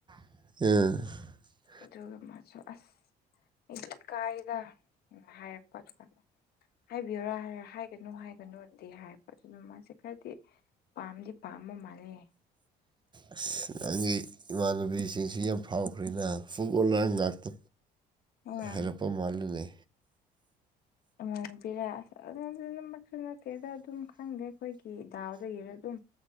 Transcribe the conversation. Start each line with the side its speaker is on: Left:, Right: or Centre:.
Right: ꯑꯦ
Left: ꯑꯗꯨꯒ ꯃꯥꯁꯨ ꯑꯁ ꯑꯩꯗꯤ ꯏꯀꯥꯏꯗ ꯍꯥꯏꯔꯛꯄ ꯑꯗꯨ ꯀꯥꯟ ꯍꯥꯏꯕꯤꯌꯨꯔꯥ ꯍꯥꯏꯔ ꯍꯥꯏꯒꯅꯨ ꯍꯥꯏꯒꯅꯨꯅꯗꯤ ꯍꯥꯏꯔꯄ ꯑꯗꯨꯅ ꯃꯥꯁꯦ ꯈꯔꯗꯤ ꯄꯝꯗꯤ ꯄꯝꯕ ꯃꯥꯜꯂꯦ
Right: ꯑꯁ ꯅꯪꯒꯤ ꯏꯃꯥꯟꯅꯕꯤꯁꯤꯡꯁꯨ ꯌꯥꯝ ꯐꯥꯎꯈ꯭ꯔꯦꯅ ꯐꯨꯠꯕꯣꯜ ꯂꯔ ꯉꯥꯛꯇ
Left: ꯑꯥ
Right: ꯍꯥꯏꯔꯛꯄ ꯃꯥꯜꯂꯅꯦ꯫
Left: ꯎꯝ ꯍꯥꯏꯕꯤꯔꯦ ꯑꯁ ꯑꯗꯨꯅ ꯑꯗꯨꯃꯛꯁꯨ ꯅꯠꯇꯦꯗ ꯑꯗꯨꯝ ꯈꯪꯗꯦ ꯑꯩꯈꯣꯏꯒꯤ ꯗꯥꯎꯗꯨ ꯌꯦꯡꯉ ꯑꯗꯨꯝ